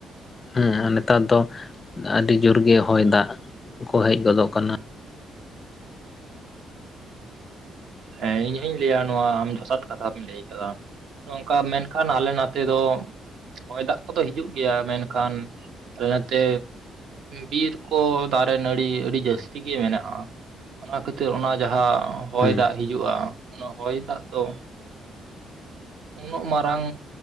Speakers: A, on the left; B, on the right.
A: ᱦᱮᱸ ᱟᱨ ᱱᱮᱛᱟᱨ ᱫᱚ ᱟᱹᱰᱤ ᱡᱳᱨ ᱜᱮ ᱦᱚᱭ ᱫᱟᱜ ᱠᱚ ᱦᱮᱡ ᱜᱚᱫᱚᱜ ᱠᱟᱱᱟ
B: ᱦᱮᱸ ᱤᱧ ᱦᱚᱧ ᱞᱟᱹᱭᱟ ᱱᱚᱣᱟ ᱟᱢ ᱡᱚᱥᱷᱟᱛ ᱠᱟᱛᱷᱟᱢ ᱞᱟᱹᱭ ᱠᱟᱫᱟ ᱱᱚᱝᱠᱟ ᱢᱮᱱᱠᱷᱟᱱ ᱟᱞᱮ ᱱᱚᱛᱮ ᱫᱚ ᱦᱚᱜᱭ ᱫᱟᱜ ᱠᱚᱫᱚ ᱦᱤᱡᱩᱜ ᱜᱮᱭᱟ ᱢᱮᱱᱠᱷᱟᱱ ᱟᱞᱮ ᱱᱟᱛᱮ ᱵᱤᱨ ᱠᱚ ᱫᱟᱨᱮ ᱱᱟᱹᱲᱤ ᱟᱹᱰᱤ ᱡᱟᱹᱥᱛᱤ ᱜᱮ ᱢᱮᱱᱟᱜᱼᱟ ᱚᱱᱟ ᱠᱷᱟᱹᱛᱤᱨ ᱚᱱᱟ ᱡᱟᱦᱟᱸ ᱦᱚᱭ
A: ᱦᱮᱸ
B: ᱫᱟᱜ ᱦᱤᱡᱩᱜᱼᱟ ᱚᱱᱟ ᱦᱚᱭ ᱫᱟᱜ ᱫᱚ ᱩᱱᱟᱹᱜ ᱢᱟᱨᱟᱝ